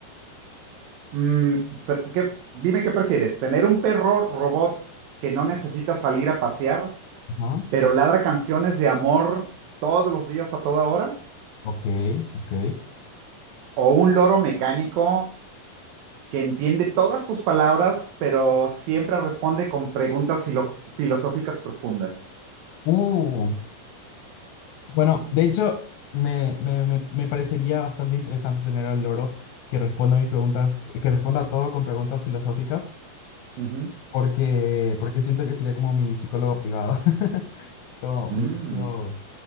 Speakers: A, on the right; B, on the left.
A: Mm, pero ¿qué- dime qué prefieres, tener un perro robot que no necesita salir a pasear,
B: Ajá.
A: pero ladra canciones de amor todos los días a toda hora,
B: Ok, ok.
A: o un loro mecánico que entiende todas tus palabras, pero siempre responde con preguntas filo- filosóficas profundas.
B: Uh, bueno, de hecho, me, me- me- me parecería bastante interesante tener al loro que responda a mis preguntas, que responda a todo con preguntas filosóficas,
A: Ujú.
B: porque, porque siento que sería como mi psicólogo privado. <laughs> Como
A: Mm.
B: mi propio-